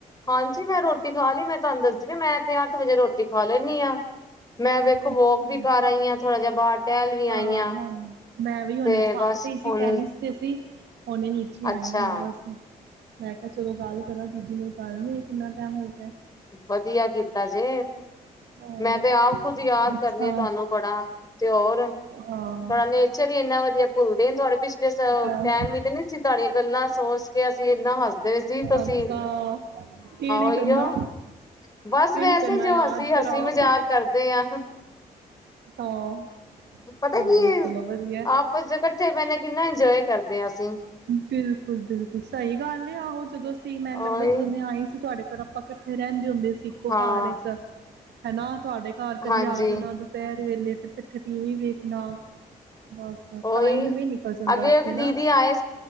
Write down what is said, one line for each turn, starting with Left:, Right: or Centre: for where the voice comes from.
Left: ਹਾਂਜੀ ਮੈਂ ਰੋਟੀ ਖਾ ਲਈ ਮੈਂ ਤੁਹਾਨੂੰ ਦੱਸਦੀ ਮੈਂ ਤੇ ਅੱਠ ਵਜੇ ਰੋਟੀ ਖਾ ਲੈਂਨੀ ਹਾਂ। ਮੈਂ ਵੇਖੋ
Right: ਅੱਛਾ
Left: ਵੋਕ ਵੀ ਕਰ ਆਈ ਹਾਂ ਥੋੜਾ ਜਿਹਾ ਬਾਹਰ ਟਹਿਲ ਵੀ
Right: ਆ
Left: ਆਈ ਹ
Right: ਹਾਂ ਮੈਂ ਵੀ ਹੁਣੇ
Left: ਤੇ
Right: ਛੱਤ
Left: ਬਸ
Right: ਹੀ ਸੀ
Left: ਹੁਣ
Right: ਟੈਨਿਸ ਤੇ ਸੀ ਹੁਣੇ ਨੀਚੇ ਆਈ
Left: ਅੱਛਾ
Right: ਹਾਂ ਮੈ ਬਸ। ਮੈਂ ਕਿਹਾ ਚਲੋ ਗੱਲ ਕਰਾਂ ਦੀਦੀ ਨੂੰ । ਹਾਂ ਜੀ ਨੀ ਕਿੰਨਾ ਟਾਈਮ ਹੋ ਗਿਆ?
Left: ਵਧੀਆ ਕੀਤਾ ਜੇ,
Right: ਹੋਰ
Left: ਮੈਂ ਤੇ ਆਪ ਖੁੱਦ ਯਾਦ
Right: ਅੱਛਾ
Left: ਕਰਨੀ ਆ ਤੁਹਾਨੂੰ ਬੜਾ ਤੇ ਹੋਰ ਤੁਹਾਡਾ
Right: ਹਾਂ
Left: ਨੇਚਰ ਹੀ ਇੰਨਾ ਵਧੀਆ ਭੁੱਲਦੇ ਤੁਹਾਡੇ ਪਿਛਲੇ
Right: ਹਾਂ
Left: ਟੈਮ ਹੀ ਨੇ ਤੁਹਾਡੀਆਂ ਗੱਲਾਂ ਸੋਚ ਕੇ ਅਸੀਂ ਇਨਾ ਹੱਸਦੇ ਹਾਂ। ਸੀ ਤੁਸੀਂ
Right: ਅੱਛਾ ਕਿਹੜੀ
Left: ਉਹੀਓ
Right: ਗੱਲਾਂ,
Left: <unintelligible> ਬਸ
Right: ਕਿਹੜੀ
Left: ਵੈਸੇ
Right: ਗੱਲਾਂ
Left: ਜੋ
Right: ਯਾਦ
Left: ਅਸੀਂ
Right: ਕਰਾਓ
Left: ਹਸੀ ਮਜ਼ਾਕ ਕਰਦੇ ਆ।
Right: ਹਾਂ
Left: ਪਤਾ
Right: ਹਾਂ
Left: ਕੀ ਹੈ
Right: ਚਲੋ ਵਧੀਆ
Left: ਆਪਸ ਕੱਠੇ ਬਹਿ ਕਿੰਨਾ ਇੰਜੋਈ ਕਰਦੇ ਹਾਂ ਅਸੀਂ ।
Right: ਬਿਲਕੁਲ ਬਿਲਕੁਲ ਸਹੀ ਗੱਲ ਏ ਆਹੋ ਜਦੋਂ, ਸੀ ਮੈ ਲੱਗਦਾ
Left: ਉਹੀ
Right: ਜਦੋਂ ਮੈਂ ਆਈ ਸੀ ਤੁਹਾਡੇ । ਫੇਰ ਆਪਾਂ ਇਕੱਠੇ ਰਹਿੰਦੇ ਹੁੰਦੇ ਸੀ ਇੱਕੋ
Left: ਹਾਂ
Right: ਘਰ ਚ ਹਨਾ, ਤੁਹਾਡੇ ਘਰ ਕਦੀ
Left: ਹਾਂਜੀ
Right: ਆ ਜਾਣਾ ਦੁਪਹਿਰ ਵੇਲੇ ਫਿਰ ਇਕੱਠੇ ਟੀਵੀ ਵੇਖਣਾ, ਬਸ
Left: ਉਹੀ
Right: ਟਾਈਮ ਵੀ ਨਿਕਲ ਸਕਦਾ
Left: ਅੱਗੇ ਇੱਕ
Right: ਸੀ ਹਨਾ,
Left: ਦੀਦੀ ਆਏ